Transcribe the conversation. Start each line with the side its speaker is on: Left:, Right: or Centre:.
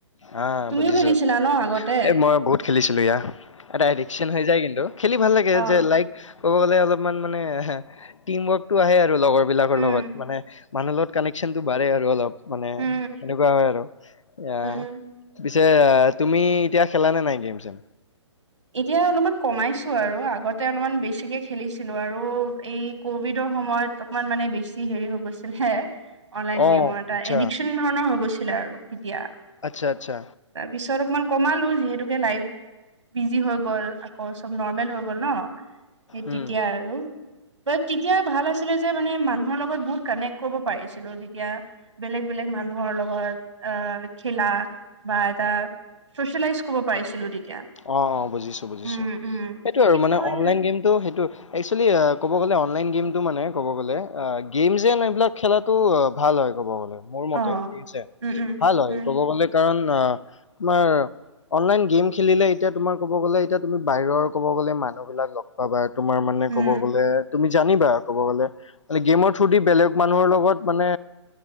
Left: হা
Right: তুমিও
Left: বুজিছোঁ
Right: খেলিছিলা ন আগতে
Left: এ মই বহুত খেলিছিলো এইয়া এটা এডিকচন হৈ যায় কিন্তু খেলি ভাল লাগে
Right: অ
Left: যে লাইক ক'ব গ'লে অলপমান মানে টিম ৱৰ্কটো আহে আৰু লগৰ বিলাকৰ
Right: উম
Left: লগত মানে মানুহৰ লগত কনেকশ্যনটো বাঢ়ে আৰু অলপ মানে
Right: উম
Left: সেনেকুৱা হয় আৰু এয়া
Right: উম উম
Left: পিছে তুমি এতিয়া খেলানে নাই গেম চেম
Right: এতিয়া অলপমান কমাইছো আৰু আগতে অলপমান বেছিকে খেলিছিলো আৰু এই কভিডৰ সময়ত অকমান মানে বেছি হেৰি হৈ গৈছিল হে অনলাইন
Left: অ
Right: গেমৰ এটা
Left: আচ্ছা
Right: এডিকশ্যন ধৰণৰ হৈ গৈছিলে আৰু তেতিয়া
Left: আচ্ছা আচ্ছা
Right: তাৰপিছত অকমান কমালো যিহেতুকে লাইফ বিজি হৈ গ'ল আকৌ চব নৰ্মেল হৈ গ'ল ন সেই
Left: উম
Right: তেতিয়া আৰু বাট তেতিয়া ভাল আছিলে যে মানে মানুহৰ লগত বহুত কানেক্ট কৰিব পাৰিছিলো তেতিয়া বেলেগ বেলেগ মানুহৰ লগত আহ খেলা বা এটা চচিয়েলাইজ কৰিব পাৰিছিলো তেতিয়া
Left: অ অ বুজিছো বুজিছো
Right: উম উম
Left: সেইটো আৰু
Right: কিন্তু
Left: মানে
Right: এই
Left: অনলাইন
Right: আৰু
Left: গেমটো সেইটো একচুয়েলী ক'ব গ'লে অনলাইন গেমটো মানে ক'ব গ'লে গেম যেন এইবিলাক খেলাত টো ভাল হয় ক'ব গ'লে মোৰ মতে
Right: অ',
Left: ঠিক আছে
Right: উম, উম,
Left: ভাল হয়
Right: উম,
Left: ক'ব গলে কাৰণ তোমাৰ অনলাইন গেম খেলিলে এতিয়া তোমাৰ কব গ'লে এতিয়া তুমি বাহিৰৰ ক'ব গ'লে মানুহবিলাক লগ পাবা তোমাৰ মানে
Right: উম,
Left: ক'ব গ'লে তুমি জানিবা ক'ব গ'লে মানে গেমৰ থ্ৰু দি বেলেগ মানুহৰ লগত মানে